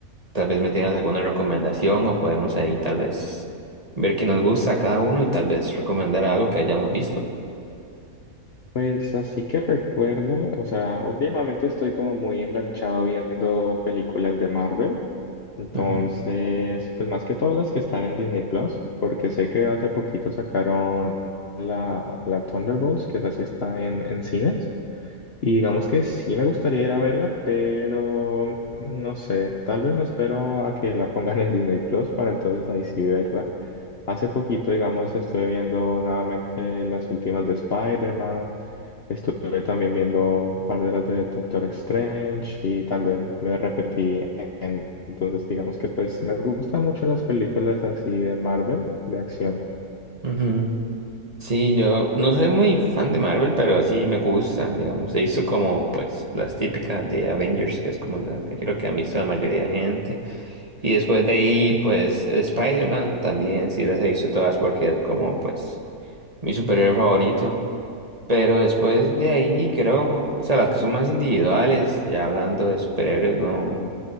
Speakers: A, on the right; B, on the left.
A: tal vez me tengas alguna recomendación o podemos ahí tal vez ver qué nos gusta a cada uno y tal vez recomendar algo que hayamos visto.
B: Pues así que recuerdo, o sea, últimamente estoy como muy enganchado viendo películas de Marvel. Entonces,
A: Ujú,
B: pues más que todas las que están en Disney Plus, porque sé que hace poquito sacaron la, la Thunderbolts, que esa sí está en, en cines. Y digamos que sí me gustaría ir a verla, pero no sé, tal vez me espero a que la pongan en Disney Plus para entonces ahí sí verla. Hace poquito, digamos, estuve viendo nuevamente las últimas de Spider-Man, estuve también viendo un par de las de Doctor Strange y también me repetí en... Entonces, digamos que pues me gustan mucho las películas así de Marvel, de acción.
A: ujú. Sí, yo no soy muy fan de Marvel, pero sí me gustan, digamos. He visto como, pues, las típicas de Avengers, que es como la que creo que han visto la mayoría de gente. Y después de ahí, pues, el Spider-Man también, sí las he visto todas porque es como, pues, mi superhéroe favorito. Pero después de ahí, creo, o sea, las que son más individuales, ya hablando de superhéroes, no.